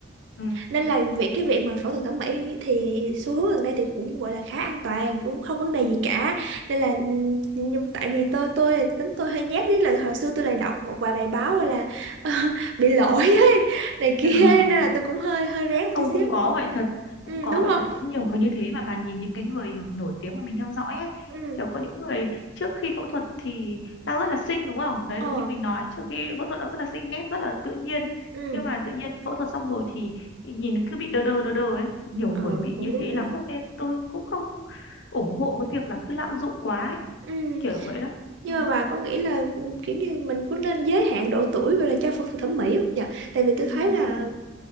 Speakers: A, on the left; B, on the right.
A: ừ.
B: nên là việc cái việc mà phẫu thuật thẩm mỹ thì xu hướng gần đây thì cũng gọi là khá an toàn cũng không vấn đề gì cả nên là nhưng nhưng tại vì tôi tôi là tính tôi hơi nhát với là hồi xưa tôi lại đọc một vài bài báo gọi là <laughs> bị lỗi ấy này kia
A: <laughs>
B: nên là tôi cũng hơi hơi rén một
A: không
B: tí xíu
A: cũng có vậy thật cũng
B: ừ,
A: có
B: đúng
A: vậy
B: không
A: thật cũng nhiều người như thế mà bà nhìn những cái người nổi nổi tiếng mà mình theo dõi ấy
B: ừ
A: kiểu có những người trước khi phẫu thuật thì đang rất là xinh đúng không đấy
B: ờ
A: giống như mình nói trước khi phẫu thuật đang rất là xinh nét rất là tự nhiên
B: ừ
A: nhưng mà tự nhiên phẫu thuật xong rồi thì nhìn cứ bị đờ đờ đờ đờ ấy nhiều người
B: ờ
A: bị
B: cũng
A: như
B: đúng
A: thế
B: nhỉ
A: lắm luôn nên tôi cũng không ủng hộ cái việc là cứ lạm dụng quá ấy.
B: ừ
A: kiểu vậy đó
B: nhưng
A: ừ.
B: mà bà có nghĩ là kiểu như mình cũng nên giới hạn độ tuổi gọi là cho phẫu thuật thẩm mỹ không nhỉ tại vì tôi
A: <laughs>
B: thấy là